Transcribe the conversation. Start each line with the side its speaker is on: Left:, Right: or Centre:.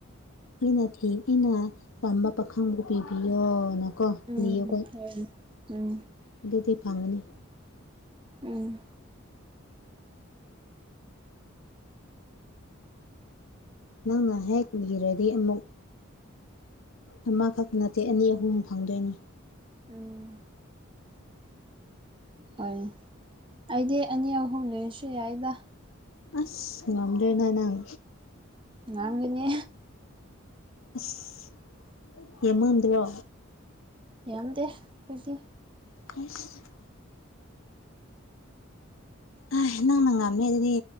Left: ꯑꯩꯅ ꯊꯦꯡ ꯑꯩꯅ ꯄꯥꯝꯕ ꯄꯥꯈꯪꯕꯨ ꯄꯤꯕꯤꯌꯣꯅ ꯀꯣ
Right: ꯎꯝ
Left: ꯅꯤꯌꯨꯀꯣ
Right: ꯍꯣꯏ ꯎꯝ
Left: ꯑꯗꯨꯗꯤ ꯐꯪꯒꯅꯤ
Right: ꯎꯝ
Left: ꯅꯪꯅ ꯍꯦꯛ ꯅꯤꯔꯗꯤ ꯑꯃꯨꯛ ꯑꯃꯈꯛꯇ ꯅꯠꯇꯦ ꯑꯅꯤ ꯑꯍꯨꯝ ꯐꯪꯗꯣꯏꯅꯤ
Right: ꯎꯝ ꯍꯣꯏ ꯑꯩꯗꯤ ꯑꯅꯤ ꯑꯍꯨꯝ ꯂꯩꯔꯁꯨ ꯌꯥꯏꯗ
Left: ꯑꯁ ꯉꯗ꯭ꯔꯦꯅ ꯅꯪ
Right: ꯅꯪꯒꯅꯤ
Left: ꯑꯁ ꯌꯦꯃꯝꯗ꯭ꯔꯣ
Right: ꯌꯥꯝꯗꯦ <unintelligible>
Left: <unintelligible> ꯑꯩ ꯅꯪꯅ ꯉꯥꯝꯅꯦ ꯑꯗꯨꯗꯤ